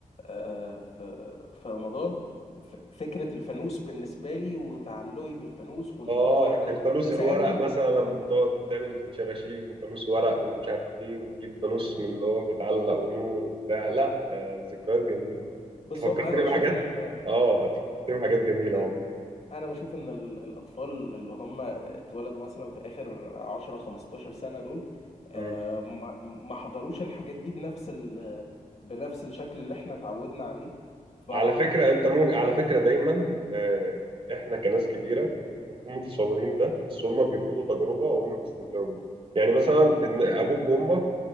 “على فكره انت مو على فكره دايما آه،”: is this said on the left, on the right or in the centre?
Right